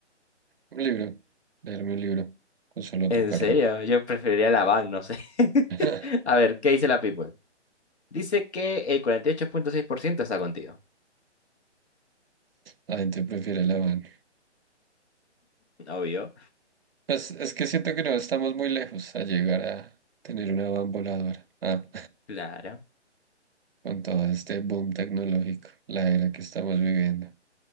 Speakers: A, on the right; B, on the left.
A: Un libro. Leerme un libro. Con solo
B: En
A: tocarlo.
B: serio, yo preferiría la van, no sé.
A: <laughs>
B: <laughs> A ver, ¿qué dice la People? Dice que el cuarenta y ocho punto seis por ciento está contigo.
A: La gente prefiere la van.
B: Obvio.
A: Es, es que siento que no estamos muy lejos a llegar a tener una van voladora. Ah,
B: Claro.
A: <laughs> con todo este boom tecnológico, la era que estamos viviendo.